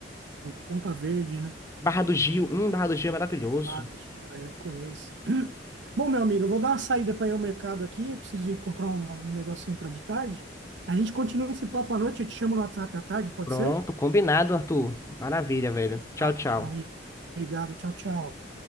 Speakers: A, on the right; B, on the left.
A: Ponta Verde, né?
B: Barra do Gil, hum, Barra do Gil é maravilhoso.
A: Barra do Gil, é, conheço. Bom, meu amigo, eu vou dar uma saída para ir ao mercado aqui. Eu preciso ir comprar um, um negocinho para de tarde. A gente continua esse papo à noite. Eu te chamo no WhatsApp à tarde, pode
B: Pronto,
A: ser?
B: combinado, Arthur. Maravilha, velho.
A: Fechado,
B: Tchau, tchau.
A: então, Igor. Obrigado. Tchau, tchau.